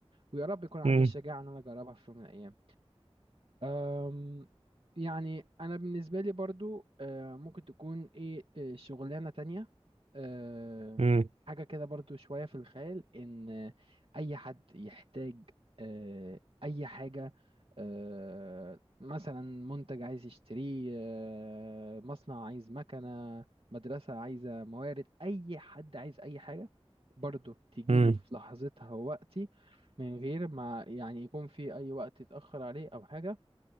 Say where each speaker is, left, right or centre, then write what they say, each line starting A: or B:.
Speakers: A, on the right; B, on the right.
A: ويا رب يكون عندي
B: مم.
A: الشجاعه ان انا اجربها في يوم من الايام أم، يعني انا بالنسبه لي برضو آه، ممكن تكون ايه آه، شغلانه تانية آه،
B: مم.
A: حاجه كده برضو شويه في الخيال ان آه، اي حد يحتاج آه، اي حاجه آه، مثلا منتج عايز يشتريه آه، مصنع عايز مكنه مدرسه عايزه موارد اي حد عايز اي حاجه برضو تجيله
B: مم.
A: في لحظتها ووقتي من غير ما يعني يكون في اي وقت يتاخر عليه او حاجه